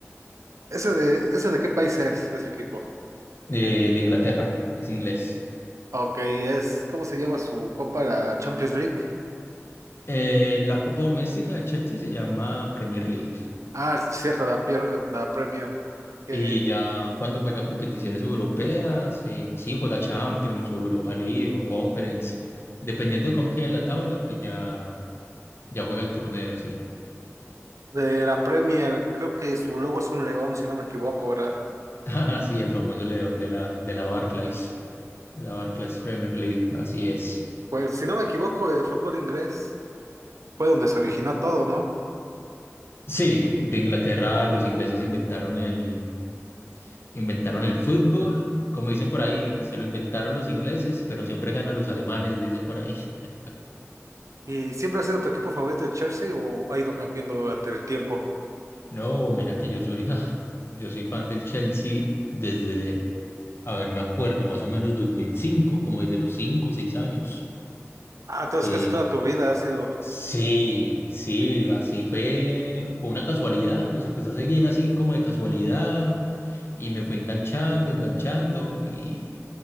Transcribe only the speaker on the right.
¿Ese de, ese de qué país es ese equipo?
Ok, es, ¿cómo se llama su copa? La Champions League.
Ah, sí, cierto, la, pier- la Premier. Que
de la Premier, creo que su logo es un león, si no me equivoco, ¿verdad?
Pues si no me equivoco, el fútbol inglés fue donde se originó todo, ¿no?
¿Y siempre ha sido tu equipo favorito de Chelsea o ha ido cambiando durante el tiempo?
Ah, entonces
casi toda tu vida ha sido.